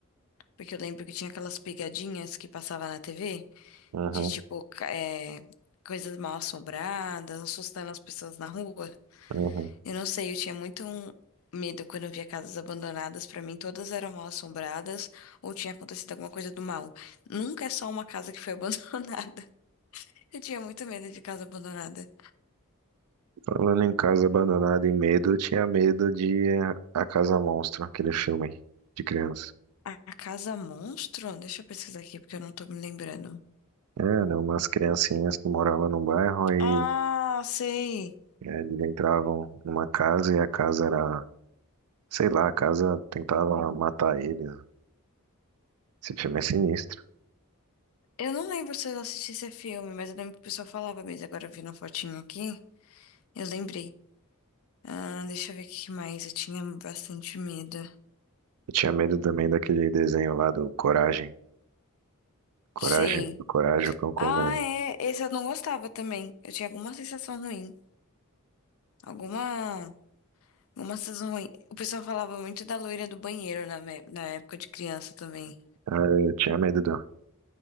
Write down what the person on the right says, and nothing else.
Uhum,
uhum.
Falando em casa abandonada e medo, eu tinha medo de eh, A Casa Monstro, aquele filme de criança.
Era umas criancinhas que moravam num bairro, aí
eh, eles entravam numa casa e a casa era, sei lá, a casa tentava matar eles. Esse filme é sinistro.
Eu tinha medo também daquele desenho lá do Coragem. Coragem,
Coragem, o Cão Covarde.
Ah, eu tinha medo do.